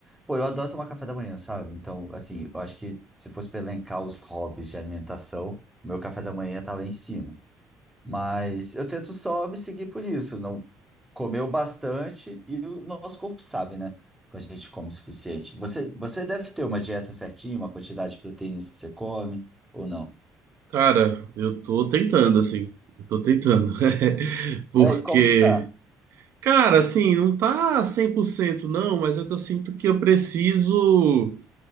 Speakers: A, in the centre; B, on the right.
A: pô, eu adoro tomar café da manhã, sabe? Então, assim, eu acho que se fosse pra elencar os hobbies de alimentação, o meu café da manhã tá lá em cima. Mas eu tento só me seguir por isso, não comeu bastante e o nosso corpo sabe, né? Quando a gente come o suficiente. Você, você deve ter uma dieta certinha, uma quantidade de proteínas que você come, ou não?
B: Cara, eu tô tentando, assim. Eu tô tentando. <laughs> Porque,
A: É, e como que tá?
B: cara, assim, não tá 100% não, mas é que eu sinto que eu preciso.